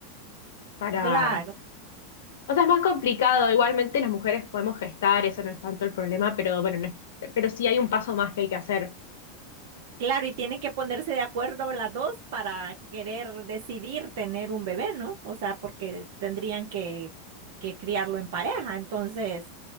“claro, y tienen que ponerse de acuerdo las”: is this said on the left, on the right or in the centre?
Right